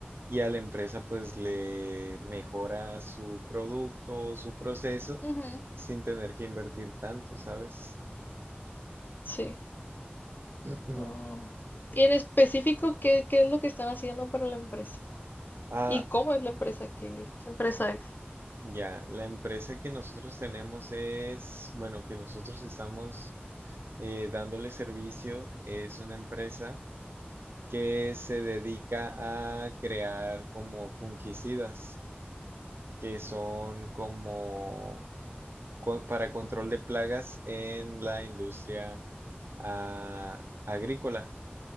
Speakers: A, on the right (about 75°); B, on the left (about 50°).
A: y a la empresa pues le mejora su producto o su proceso
B: ujú,
A: sin tener que invertir tanto, ¿sabes?
B: Sí.
A: <clears throat>
B: Oh. ¿Y en específico qué, qué es lo que están haciendo para la empresa?
A: Ah,
B: ¿Y cómo es la empresa? ¿Qué, qué empresa es?
A: ya, la empresa que nosotros tenemos es, bueno, que nosotros estamos eh, dándole servicio, es una empresa que se dedica a crear como fungicidas, que son como co- para control de plagas en la industria ah, agrícola.